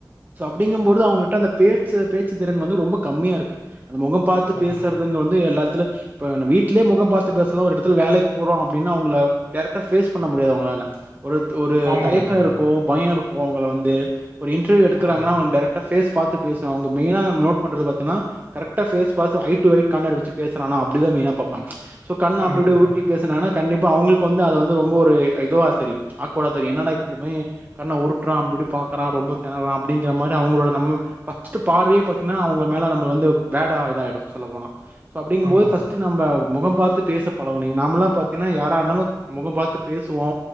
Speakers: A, on the right (about 25°); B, on the right (about 50°).
A: சோ அப்பிடிங்கும்போது அவங்கிட்ட அந்த பேர் ச்சி பேச்சி திறன் வந்து ரொம்ப கம்மியா இருக்கு அந்த முகம் பாத்து பேசுறதுங்க
B: ப்ரோ
A: வந்து எல்லாத்திலு இப்ப நா வீட்லே மொகம் பாத் த்து பேசலா ஒரு எடத்துல வேலைக்கு போறோ அப்பிடின்னா அவுங்கள டேரக்ட்டா பேஸ் பண்ண முடியாது அவுங்களால ஒருத் ஒரு
B: ஆமாம்
A: தயக்கோ
B: ஆமாம்
A: இருக்கு பயோ இருக் கோவங்கள் வந்து ஒரு இன்ட்ர்வியு எடுக்கராங்கனா
B: ஆமாம்
A: அவ டேரக்ட்டா பேஸ் பாத்து பேச அவுங்க மெயினா நோட் பண்றது பாத்தினா கரெக்ட்டா பேஸ் பாத்து ஐ டூ ஐ கான்டெக்ட் வெச்சி பேசுறானா தா அப்பிடி தா மெயினா பாப்பாங்க சோ கண்ண அப்பிடி
B: ஆமாம்
A: இப்பிடி
B: ப்ரோ
A: உருட்டி பேசனானா கண்டிப் இப்ப அவுங்களுக்கு வந்து அது வந்து ரொம்ப ஒரு இதுவா தெரியு ஆக்வாடா தெரியு என்னடா இப்டி இந்த பைய கண்ணா உருட்றா அப்டி பாக்றா ரொம்ப தெனர்ரா அப்டிங்கிற மாரி அவங்களோட நம்ம ஃபர்ஸ்ட் பார்வையே பாத்தீங்கன்னா அவங்க மேல நம்ம வந்து பேடா இது ஆயிடு சொல்ல போனா சோ அப்டிங்கும்போது
B: ஆமாம்
A: ஃபஸ்ட்டு
B: ப்ரோ ஆமாம்
A: நம்ம முகம் பாத்து பாத்து பேச பலகனு நாமெல்லா பாத்தீன்னா யாரா இருந்தாலு முகம் பாத்து பேசுவோ